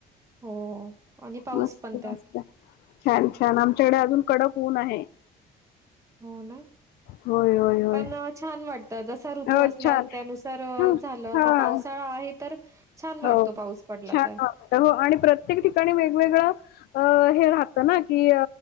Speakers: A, on the right; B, on the left.
A: हो. आणि पाऊस
B: मस्त
A: पण त्यात.
B: मस्त छान छान आमच्याकडे अजून कडक ऊन आहे.
A: हो ना?
B: होय, होय, होय.
A: पण अ, छान वाटतं जसा ऋतू
B: हो
A: असला
B: छान
A: त्यानुसार
B: हा
A: झालं आता
B: हा.
A: पावसाळा आहे तर छान वाटतो
B: हो
A: पाऊस पडला
B: छान
A: तर.
B: वाटत हो आणि प्रत्येक ठिकाणी वेगवेगळं अ राहत ना की